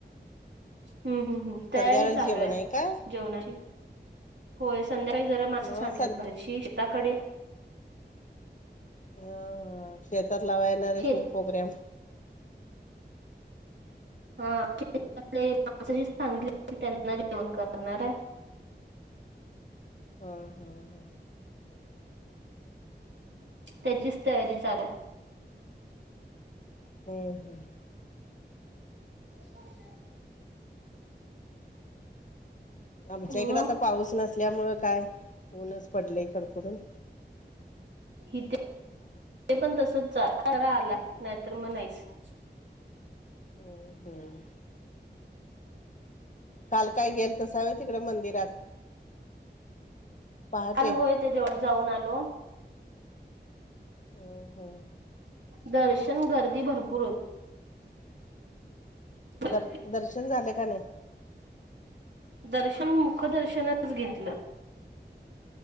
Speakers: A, on the right; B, on the left.
A: हम्म हम्म हम्म. तयारी
B: संध्याकाळी
A: चालू
B: जेवण
A: आहे
B: काय
A: जेवणाची. होय संध्याकाळी जरा माणसं
B: हो
A: सांगितलेत
B: सं
A: बाहेर ची शेताकडे.
B: हा हा शेतात लावाय येणाऱ्या
A: शेत
B: सनी पोग्राम.
A: <unintelligible> त्यांना जेवन करणार हाय.
B: हा हा हा.
A: त्यांचीच तयारी चालूय.
B: हम हम.
A: <inaudible>
B: आमच्या इकडं
A: मग
B: आता पाऊस नसल्यामुळ काय ऊनच पडल कडकडून.
A: इथे पण तसच आलाय नाहीतर नाहींच.
B: हम हम्. काल काय गेलतासा होय तिकडे मंदिरात पहाटे.
A: काल होय ते देवळात जाऊन आलो.
B: हम्म हम्म
A: दर्शन गर्दी भरपूर होती. होती
B: द दर्शन झालं का नाही.
A: दर्शन मुखदर्शनच घेतलं.